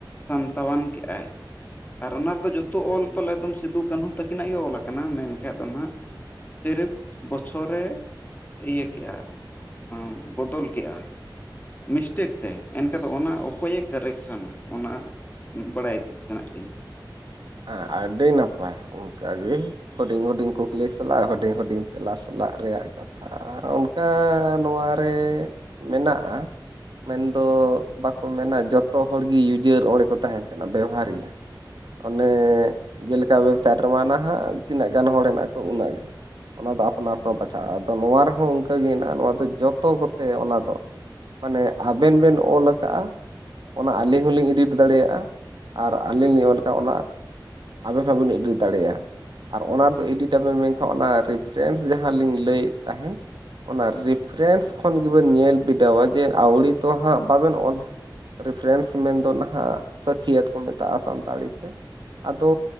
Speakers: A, on the left (about 25°); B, on the right (about 70°).
A: ᱥᱟᱱᱛᱟᱣᱟᱱ ᱠᱮᱜᱼᱟᱭ ᱾ ᱟᱨ ᱚᱱᱟ ᱨᱮᱫᱚ ᱡᱚᱛᱚ ᱚᱞ ᱛᱚᱞ ᱮᱠᱫᱚᱢ ᱥᱤᱫᱩ ᱠᱟᱹᱱᱦᱩ ᱛᱟᱹᱠᱤᱱᱟᱜ ᱜᱮ ᱚᱞ ᱟᱠᱟᱱᱟ ᱢᱮᱱᱠᱟᱱᱡ ᱫᱚ ᱱᱟᱦᱟᱸᱜ ᱥᱤᱨᱤᱯ ᱵᱚᱪᱷᱚᱨᱮ ᱤᱭᱟᱹ ᱠᱮᱜᱼᱟ ᱾ ᱩᱸ ᱵᱚᱫᱚᱞ ᱠᱮᱜᱼᱟ ᱾ ᱢᱤᱥᱴᱮᱠ ᱛᱮ ᱮᱱᱠᱷᱟ ᱫᱚ ᱚᱱᱟ ᱚᱠᱚᱭᱮ ᱠᱟᱨᱮᱠᱥᱚᱱᱟ ᱚᱱᱟ? ᱩᱸᱜ ᱵᱟᱲᱟᱭ ᱤᱛᱤᱜ ᱥᱟᱱᱟᱭᱮᱜ ᱞᱤᱧᱟ ᱾
B: ᱟ-ᱟᱹᱰᱤ ᱱᱟᱯᱟᱭ ᱾ ᱚᱝᱠᱟ ᱜᱮ ᱦᱩᱰᱤᱧ ᱦᱩᱰᱤᱧ ᱠᱩᱠᱞᱤ ᱥᱮᱞᱟᱜ ᱦᱩᱰᱤᱧ ᱦᱩᱰᱤᱧ ᱛᱮᱞᱟ ᱥᱮᱞᱟᱜ ᱨᱮᱭᱟᱜ ᱠᱟ ᱛᱷᱟ ᱚᱱᱠᱟ ᱱᱚᱣᱟ ᱨᱮ ᱢᱮᱱᱟᱜᱼᱟ ᱾ ᱢᱮᱱᱫᱚ ᱵᱟᱠᱚ ᱢᱮᱱᱟ ᱡᱚᱛᱚ ᱦᱚᱲ ᱜᱤ ᱤᱭᱩᱡᱟᱹᱨ ᱚᱸᱲᱮ ᱠᱚ ᱛᱟᱦᱮᱱ ᱠᱟᱱᱟ ᱵᱮᱣᱦᱟᱨ ᱮᱭᱟ ᱾ ᱚᱱᱮ ᱡᱮᱞᱠᱟ ᱳᱭᱮᱵᱽᱥᱟᱭᱤᱴ ᱨᱮᱢᱟ ᱚᱱᱟ ᱦᱟᱜ ᱛᱤᱱᱟᱹᱜ ᱜᱟᱱ ᱦᱚᱲ ᱦᱮᱱᱟᱜ ᱠᱚ ᱩᱱᱟᱹᱜ ᱜᱮ ᱚᱱᱟ ᱫᱚ ᱟᱯᱱᱟᱨ ᱠᱚ ᱵᱟᱪᱷᱟᱜᱼᱟ ᱟᱫᱚ ᱱᱚᱣᱟ ᱨᱮᱦᱚᱸ ᱩᱱᱠᱟᱹ ᱦᱮᱱᱟᱜᱼᱟ ᱱᱚᱣᱟ ᱫᱚ ᱡᱚᱛᱚ ᱠᱚᱛᱮ ᱚᱱᱟ ᱫᱚ ᱾ ᱢᱟᱱᱮ ᱟᱵᱮᱱ ᱵᱮᱱ ᱚᱞ ᱟᱠᱟᱜᱼᱟ ᱾ ᱚᱱᱟ ᱟᱹᱞᱤᱧ ᱦᱚᱞᱤᱧ ᱮᱰᱤᱴ ᱫᱟᱲᱮᱭᱟᱜᱼᱟ ᱟᱨ ᱟᱹᱞᱤᱧ ᱞᱤᱧ ᱚᱞ ᱠᱟᱜᱼᱟ ᱚᱱᱟ ᱟᱵᱮ ᱦᱚᱸᱵᱮᱱ ᱮᱰᱤᱴ ᱫᱟᱲᱮᱭᱟ ᱾ ᱟᱨ ᱚᱱᱟ ᱫᱚ ᱮᱰᱤᱴ ᱟᱵᱮᱱ ᱢᱮᱱᱠᱷᱟᱱ ᱚᱱᱟ ᱨᱤᱯᱷᱨᱮᱱᱥ ᱡᱟᱦᱟᱸ ᱞᱤᱧ ᱞᱟᱹᱭᱮᱫ ᱛᱟᱦᱮᱸᱱ ᱾ ᱚᱱᱟ ᱨᱤᱯᱷᱟᱴᱨᱮᱱᱥ ᱠᱷᱚᱱ ᱜᱮᱵᱮᱱ ᱧᱮᱞ ᱵᱤᱰᱟᱹᱣᱼᱟ ᱡᱮ ᱟᱹᱣᱲᱤ ᱛᱚ ᱦᱟᱸᱜ ᱵᱟᱵᱮᱱ ᱚᱞᱟ ᱾ ᱨᱯᱷᱨᱮᱱᱥ ᱢᱮᱱ ᱫᱚ ᱱᱟᱦᱟᱜ ᱥᱟᱹᱠᱷᱤᱭᱟᱹᱟᱹᱛ ᱠᱚ ᱢᱮᱛᱟᱜᱼᱟ ᱥᱟᱱᱛᱟᱲᱤ ᱛᱮ ᱾ ᱟᱫᱚ